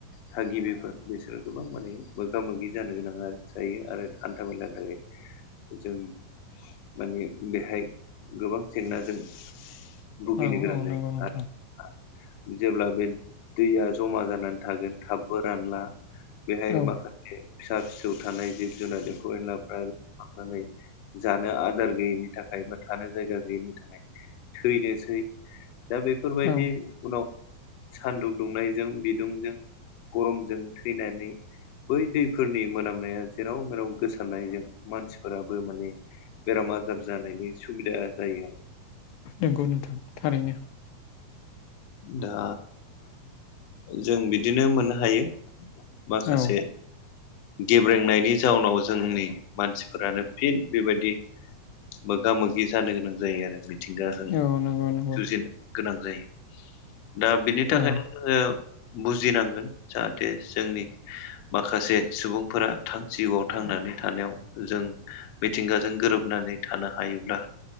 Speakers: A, on the left; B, on the left.
A: थागिबिफोर बिसोरो गोबां माने मोगा मोगि जानो गोनां जायो आरो हान्था मेलानि थाखाय जों माने बेहाय गोबां जेंनाजों भुगिनो
B: औ
A: गोनां
B: औ
A: जायो
B: नंगौ नोंथां
A: आरो ओ जेब्ला बे दैया जमा जानानै थागोन थाबबो रानला बेहाय
B: औ
A: माखासे फिसा फिसौ थानाय जिब जुनार एफौ एनलाफ्रा <unintelligible> नानै जानो आदार गैयिनि थाखायबो थानो जायगा गैयिनि थाखाय थैनोसै दा बेफोरबायदि
B: औ
A: उनाव सानदुं दुंनायजों बिदुंजों गरमजों थैनानै बै दैफोरनि मोनामनाया जेराव मेराव गोसारनायजों मानसिफोराबो माने बेराम आजार जानायनि सुबिदा जायो आरो
B: नोंगौ नोंथां थारैनो
A: दा जों बिदिनो मोननो हायो। माखासे
B: औ
A: गेब्रेंनायनि जाउनाव जोंनि मानसिफोरानो फिन बेबायदि मोगा मोगि जानो गोनां जायो आरो मिथिंगाजों
B: औ नंगौ नंगौ
A: जुजिनो गोनां जायो। दा बिनि थाखायनो
B: औ
A: जोङो बुजिनांगोन जाहाथे जोंनि माखासे सुबुंफोरा थां जिउआव थांनानै थानायाव जों मिथिंगाजों गोरोबनानै थानो हायोब्ला